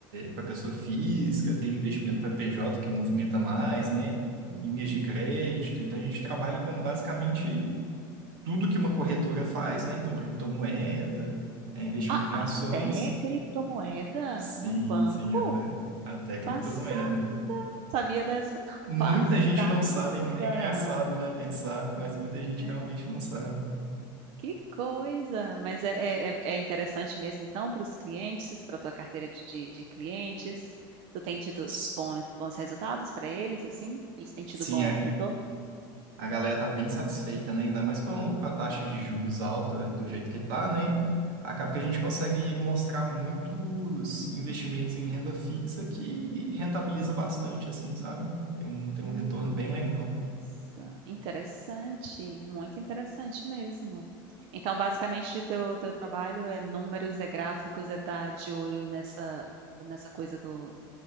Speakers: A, on the right; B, on the right.
A: para pessoa física, tem investimento para PJ que movimenta mais, né?
B: Uhum.
A: Linhas de crédito. Então a gente trabalha com basicamente tudo que uma corretora faz, né? Então criptomoeda, é, investimento
B: Ah,
A: em
B: até
A: ações e
B: criptomoeda
A: sim,
B: num banco?
A: sim, até até criptomoeda.
B: Passada. Não sabia dessa, não.
A: Muita
B: <laughs> Passada.
A: gente não sabe, hein? é engraçado, né, pensar, mas muita gente
B: É,
A: realmente não sabe.
B: que coisa. Mas é, é, é é interessante mesmo, então, para os clientes, para a tua carteira de, de, de clientes. Tu tem tido
A: S-
B: bons, bons resultados para eles, assim? Eles têm tido
A: Sim,
B: bom
A: a,
B: retorno?
A: a galera tá bem satisfeita, né? Ainda mais com, com a taxa de juros alta do jeito que tá, né? Acaba que a gente consegue mostrar muitos investimentos em renda fixa que rentabiliza bastante, assim, sabe? Tem um, tem
B: Uhum.
A: um retorno bem legal.
B: Nossa, Interessante, muito interessante mesmo. Então, basicamente, o teu, teu trabalho é números, é gráficos, é estar de olho nessa, nessa coisa do,